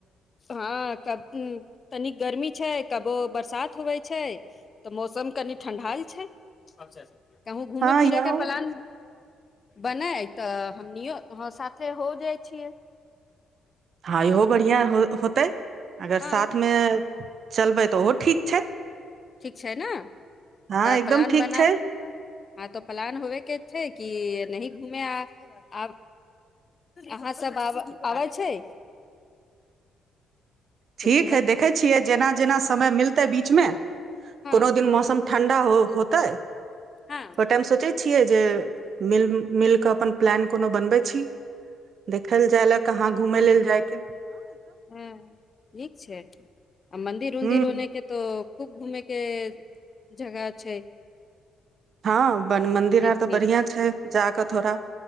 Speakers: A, on the left (about 35°); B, on the right (about 55°).
A: हाँ कब हुँ तनी गर्मी छै कबो बरसात होवे छै तऽ मौसम कनि ठंढाइल छै अच्छा- छा कहुँ घूमे-फिरे
B: हँ यहो
A: के प्लान बनै तऽ हमनियौ हाँ साथ से हो जाइ छियै
B: हाँ ईहो बढियाँ हो होतै अगर
A: हँ
B: साथ मे चलबै तऽ ओहो ठीक छै
A: ठीक छै ने
B: हँ
A: तऽ
B: एकदम
A: प्लान
B: ठीक
A: बना
B: छै
A: हँ तऽ प्लान होवे के छै कि नही घूमे आ आब अहाँ सब आब आबै छै तऽ
B: ठीक
A: घूमल
B: है देखय छियै जेना जेना समय मिलतै बीचमे
A: हँ
B: कोनो दिन मौसम ठंडा हो होतै
A: हँ
B: बट हम सोचय छियै जे मिल मिलके अपन प्लेन कोनो बनबै छी देखल जाइला कहाँ घूमय लेल जाइके।
A: हुं निक छै आ मन्दिर उन्दिर
B: हूँ
A: ओनेके तऽ खूब घूमे के जगह छै
B: हम बन मंदिर
A: नीक
B: आर तऽ
A: नीक
B: बढ़िया छै जा कऽ थोड़ा